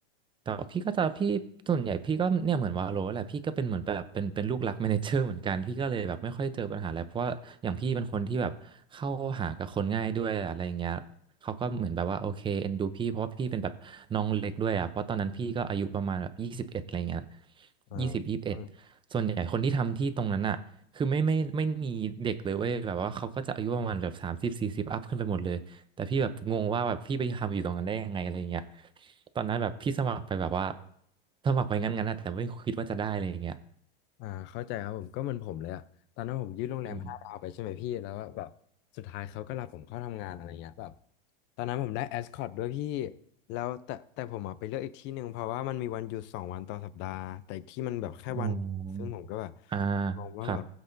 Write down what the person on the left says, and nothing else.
อ่
า
อ่าเข้าใจครับผมก็เหมือนผมเลยอะตอนนั้นผมยืดโรงแรมห้าดาวไปใช่ไหมพี่แล้วแบบสุดท้ายเขาก็รับผมเข้าทำงานอะไรเงี้ยแบบ
ตอนนั้นผมได้แอสคอตด้วยพี่แล้วแต่แต่ผมอะไปเลือกอีกที่หนึ่งเพราะว่ามันมีวันหยุดสองวันต่อสัปดาห์แต่อีกที่มันแบบแค่วันเดียวซึ่งผมก็แบบ
มองว่าแบบ